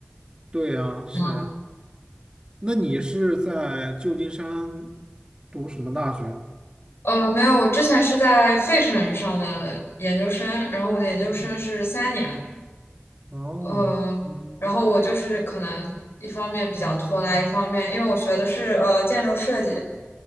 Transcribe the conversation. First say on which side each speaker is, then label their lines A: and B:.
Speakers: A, on the right; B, on the left.
A: 对呀，是呀。
B: 嗯，
A: 那你是在旧金山读什么大学啊
B: 呃，没有，我之前是在费城上的研究生，然后我的研究生是三年，
A: 哦，
B: 呃，然后我就是可能一方面比较拖拉，一方面因为我学的是呃建筑设计，